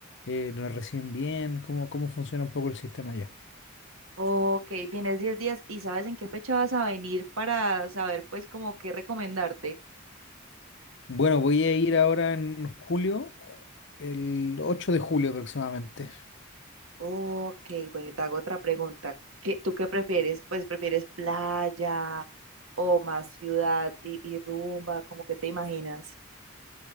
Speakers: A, on the left; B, on the right.
A: eh, nos reciben bien, cómo, cómo funciona un poco el sistema allá.
B: Ok, vienes 10 días y ¿sabes en qué fecha vas a venir para saber pues como qué recomendarte?
A: Bueno, voy a ir ahora en julio, ju- el 8 de julio aproximadamente.
B: Ok, bueno, y te hago otra pregunta. ¿Qué, tú qué prefieres? Pues prefieres playa o más ciudad y, y rumba, ¿cómo que te imaginas?